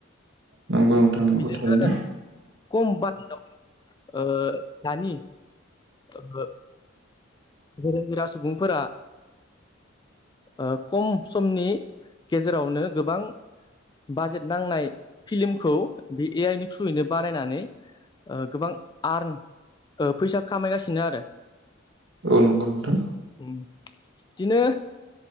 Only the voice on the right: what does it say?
नंगौ नोंथां नंगौ
थारैनो
औ नंगौ नोंथां